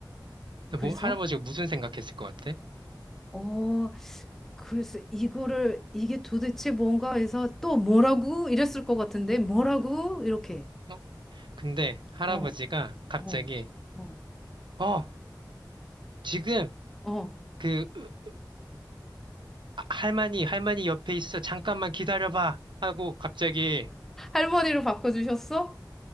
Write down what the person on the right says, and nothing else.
근데
뭐 할아버지가 무슨 생각했을 것 같아?
어? 근데 할아버지가
갑자기
어, 지금
그 으, 아, 할머니, 할머니 옆에 있어. 잠깐만 기다려봐. 하고 갑자기